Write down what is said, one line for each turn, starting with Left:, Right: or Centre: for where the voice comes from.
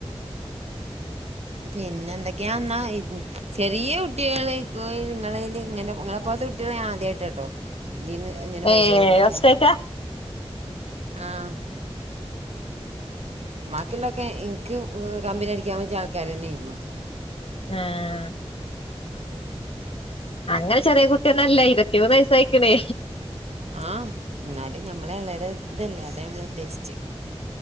Right: പിന്നെ എന്തൊക്കെയാ ഇന്നാ <unintelligible> ചെറിയ കുട്ടികളെ <unintelligible> നിങ്ങളെല് ഇങ്ങനെ ഇങ്ങളപ്പോലത്തെ കുട്ടികളെ ആദ്യായിട്ടട്ടോ. ഇതീന്ന് എങ്ങനെ
Left: ഏ
Right: പരിചയപ്പെടണൊക്കെ,
Left: ഫസ്റ്റ്റ്റാ
Right: ആഹ് ബാക്കിയുള്ളൊക്കെ എനിക്ക് കമ്പനി അടിക്കാൻ പറ്റിയ ആൾക്കാര് തന്നെ ആയിരുന്നു.
Left: ആഹ്
Right: മ്
Left: അങ്ങനെ ചെറിയ കുട്ടിയൊന്നല്ല ഇരുപത്തിമൂന്ന് വയസ്സായിക്കണ്.
Right: ആഹ് എന്നാലും ഞമ്മളെ <unintelligible> ഇതല്ലേ അതെ നമ്മള ഉദ്ദേശിച്ച്.